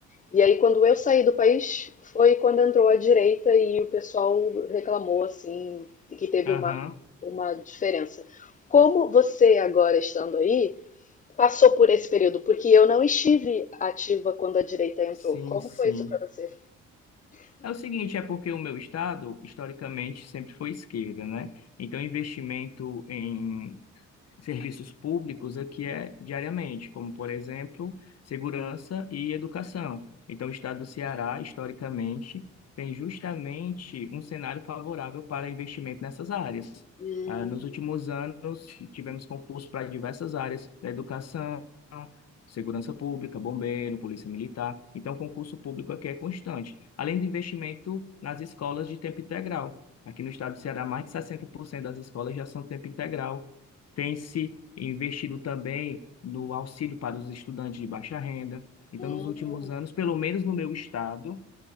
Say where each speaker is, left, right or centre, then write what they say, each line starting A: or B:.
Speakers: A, on the left; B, on the left.
A: e aí, quando eu saí do país, foi quando entrou a direita e o pessoal reclamou, assim, que teve
B: Ah,
A: uma,
B: aham,
A: uma diferença. Como você, agora estando aí, passou por esse período? Porque eu não estive ativa quando a direita entrou.
B: sim,
A: Como
B: sim.
A: foi isso para você?
B: É o seguinte, é porque o meu estado, historicamente, sempre foi esquerda, né? Então, investimento em serviços públicos aqui é diariamente, como, por exemplo, segurança e educação. Então, o estado do Ceará, historicamente, tem justamente um cenário favorável para investimento nessas áreas.
A: Uhum,
B: Ah, nos últimos anos, tivemos concursos para diversas áreas da educação, segurança pública, bombeiro, polícia militar. Então, o concurso público aqui é constante. Além do investimento nas escolas de tempo integral. Aqui no estado do Ceará, mais de 60% das escolas já são tempo integral tem se investido também no auxílio para os estudantes de baixa renda. Então,
A: uhum,
B: nos últimos anos, pelo menos no meu estado,